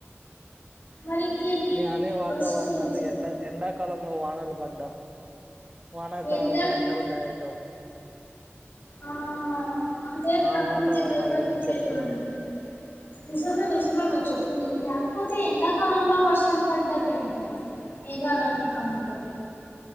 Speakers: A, on the left (about 45°); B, on the right (about 25°).
A: మరి ఇంకేంటి
B: నే అనే వాతావరణాలు
A: వర్షం గురించా
B: ఎండ ఎండా ఎండ కాలంలో వానలు పడడం వానాకాలంలో
A: ఎండ
B: ఎండలు కాయటం
A: ఆ అదే ప్రకృతి
B: ఆ వాతావరణాల
A: వైపరీత్యాలు
B: గురించి చెప్తున్నాను
A: అంటే నిజమే నిజమే మీరు చెప్పింది ఇలా కాకపోతే ఎండాకాలంలో వర్షాలు పడ్డం ఏంటో మేగాాలన్ని కమ్ముకొని